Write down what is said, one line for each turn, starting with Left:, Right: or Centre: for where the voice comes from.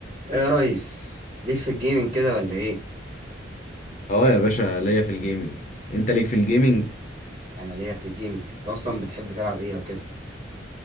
Right: ايه يا ريس ليك في الجيمنج كده ولا ايه
Left: اه يا باشا ليا في الجيمنج انت ليك في الجيمنج
Right: انا ليا في الجيمنج انت اصلا بتحب تلعب ايه او كده